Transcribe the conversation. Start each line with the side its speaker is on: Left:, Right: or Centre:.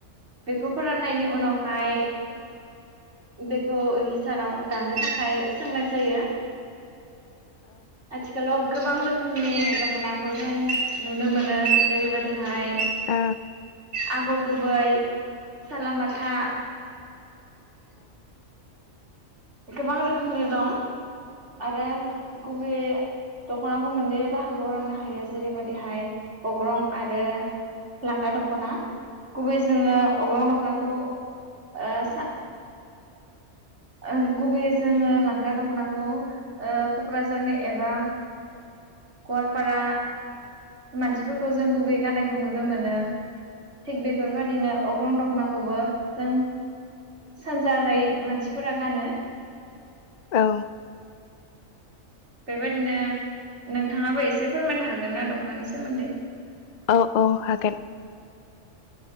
Right: बेखौ फोराननायनि उनावहाय बेखौ हिसानाव दानो थाखाय सोंनाय जायो आथिखालाव गोबां रोखोमनि दख'नाखौ जों नुनो मोनो जेरैबायदिहाय
Left: ओ
Right: आगर गुबै साला माथा गोबां रोखोमनि दं आरो गुबै दख'नाखौ मोननै बाहागोआव राननो हायो जेरैबायदिहाय अग्रं आरो लांगा दख'ना गुबै जोङो अग्रं दखनाखौ आ सा ओ गुबैयै जोङो लांगा दख'नाखौ ओ क'क्राझारनि एबा गवालपारा मानसिफोरखौ जों गुबै गाननाय नुनो मोनो। थिग बेफोरबायदिनो अग्रं द नाखौबो जों सानजा राय मानसि फोरा गानो
Left: औ
Right: बेबायदिनो नोंथाङाबो एसे फोरमायनो हागोन ना द खनानि सोमोन्दै?
Left: औ औ हागोन।